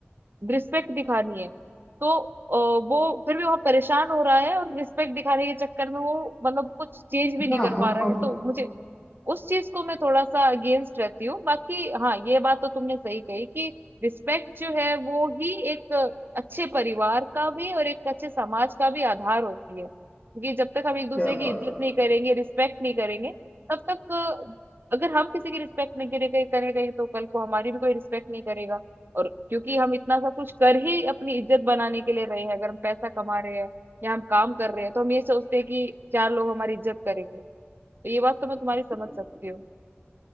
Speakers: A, on the right; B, on the left.
A: रिस्पेक्ट दिखानी है तो अ, वो फिर भी वहां परेशान हो रहा है और रिस्पेक्ट दिखाने के चक्कर में वो मतलब कुछ चेंज भी नहीं
B: हाँ
A: कर पा
B: हम
A: रहा
B: हम
A: है तो मुझे उस चीज को मैं थोड़ा सा अगेंस्ट रहती हूँ बाकी हाँ ये बात तो तुमने सही कही कि रिस्पेक्ट जो है वो ही एक अच्छे परिवार का भी और एक अच्छे समाज का भी आधार होती है क्योंकि जब तक हम एक दूसरे
B: क्या
A: की
B: बात
A: इज्जत नहीं करेंगे रिस्पेक्ट नहीं करेंगे तब तक अ, अगर हम किसी की रिस्पेक्ट नहीं करेंगे करेंगे तो कल को हमारी भी कोई रिस्पेक्ट नहीं करेगा और क्योंकि हम इतना सब कुछ कर ही अपनी इज्जत बनाने के लिए रहे हैं अगर हम पैसा कमा रहे हैं या हम काम कर रहे हैं तो हम ये सोचते हैं कि चार लोग हमारी इज्जत करेंगे तो ये बात तो मैं तुम्हारी
B: है
A: समझ सकती हूँ